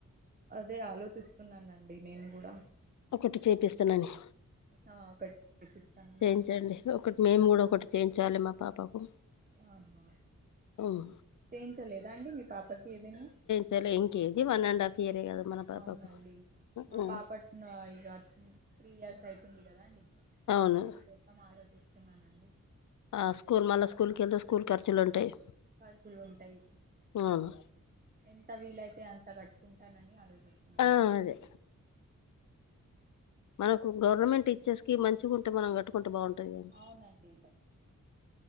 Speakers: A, on the right; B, on the left.
A: అదే ఆలోచిస్తున్నానండి నేను కూడా
B: ఒకటి చేపిస్తనని
A: ఆ ఒకటి పాకిస్తా <unintelligible>
B: చేయించండి ఒకటి మేము కూడా ఒకటి చేయించాలి మా పాపకు
A: ఆహా
B: ఉమ్.
A: చేయించలేదా అండి మీ పాపకి ఏదైనా
B: <unintelligible> ఇంకేది వన్ అండ్ హఫ్ ఇయర్ కదా మన పాపకు
A: అవునండి మా
B: ఉమ్.
A: పాపట్ నా ఇక త్రీ ఇయర్స్ అయితుంది. కదా అండి
B: అవును
A: అందుకోసం మొత్తం ఆలోచిస్తున్నానండి.
B: ఆ స్కూల్ మళ్ళా స్కూల్కి వెళ్తే స్కూల్ ఖర్చులు ఉంటాయి.
A: ఖర్చులు ఉంటాయి.
B: అవును
A: ఎంత వీలైతే అంత కట్టుకుంటానని ఆలోచిస్తను అవునండి
B: ఆ అదే మనకు గవర్నమెంట్ ఇచ్చేస్కీమ్ మంచిగాగుంటే మనం కట్టుకుంటే బాగుంటుంది. కానీ
A: అవునండి